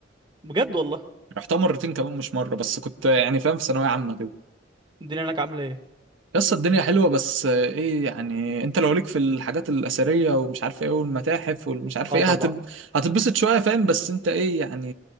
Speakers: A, on the right; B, on the right.
A: بجد والله
B: رحتها مرتين كمان مش مره بس كنت يعني فاهم في ثانويه عامه كده
A: الدنيا هناك عاملة ايه
B: قصه الدنيا حلوه بس آه، ايه يعني انت لو ليك في الحاجات الاثريه ومش عارف ايه والمتاحف والمش عارف
A: اه
B: ايه
A: طبعا
B: هتب... هتتبسط شويه فاهم بس انت ايه يعني